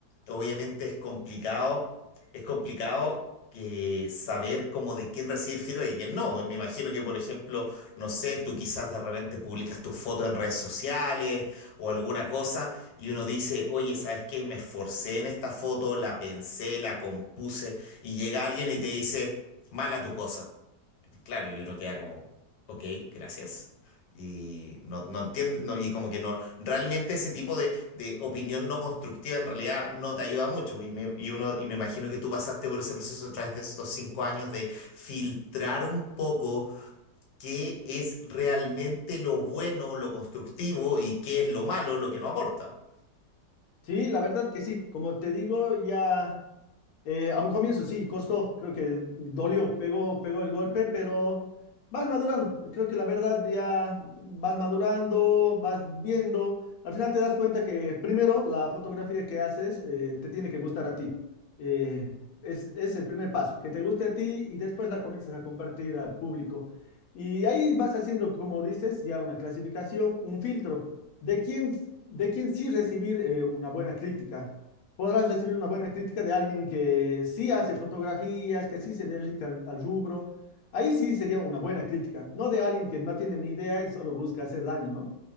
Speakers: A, on the left; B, on the left.
A: obviamente es complicado, es complicado que saber como de quién recibir feedback y quién no. Y Me imagino que, por ejemplo, no sé, tú quizás de repente publicas tu foto en redes sociales o alguna cosa y uno dice, oye, ¿sabes qué? Me esforcé en esta foto, la pensé, la compuse y llega alguien y te dice, mala tu cosa. Claro, y uno queda como, ok, gracias. Y no, no entiende, no, y como que no, realmente ese tipo de, de opinión no constructiva en realidad no te ayuda mucho. Y me, y uno, y me imagino que tú pasaste por ese proceso a través de esos cinco años de filtrar un poco qué es realmente lo bueno, lo constructivo y qué es lo malo, lo que no aporta.
B: Sí, la verdad que sí. Como te digo, ya Eh, a un comienzo sí, costó, creo que dolió, pegó, pegó el golpe, pero vas madurando. Creo que la verdad ya vas madurando, vas viendo. Al final te das cuenta que primero la fotografía que haces eh, te tiene que gustar a ti. Eh, es, es el primer paso, que te guste a ti y después la comienzas a compartir al público. Y ahí vas haciendo, como dices, ya una clasificación, un filtro de quién, de quién sí recibir eh, una buena crítica Podrás recibir una buena crítica de alguien que sí hace fotografías, que sí se dedica al, al rubro. Ahí sí sería una buena crítica, no de alguien que no tiene ni idea y solo busca hacer daño, ¿no?